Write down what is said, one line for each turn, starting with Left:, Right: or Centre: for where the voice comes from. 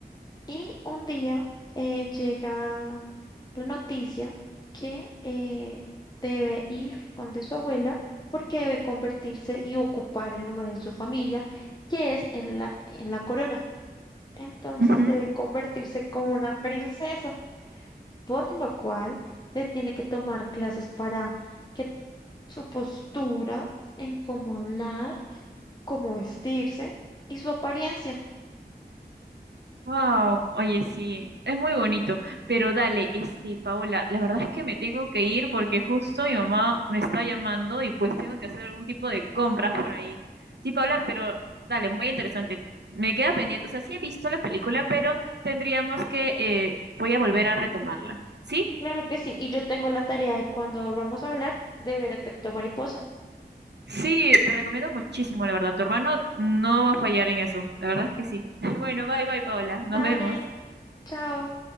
Left: y un día eh, llega la noticia que eh, debe ir donde su abuela porque debe convertirse y ocupar el lugar en su familia que es en la, en la corona. Entonces
Right: Ujú.
Left: debe convertirse como una princesa, por lo cual le tiene que tomar clases para... que su postura, en cómo hablar, cómo vestirse y su apariencia.
Right: Wow, oye, sí, es muy bonito, pero dale, este, Paola, la verdad es que me tengo que ir porque justo mi mamá me está llamando y pues tengo que hacer algún tipo de compras por ahí. Sí, Paola, pero dale, muy interesante. Me queda pendiente, o sea, sí he visto la película, pero tendríamos que, eh, voy a volver a retomarla, ¿sí?
Left: Claro que sí, y yo tengo la tarea de cuando volvamos a hablar de ver efecto mariposa.
Right: Sí, te recomiendo muchísimo, la verdad. Tu hermano no va a fallar en eso. La verdad es que sí. <laughs> Bueno, bye, bye, Paola. Nos
Left: Dale,
Right: vemos.
Left: chao.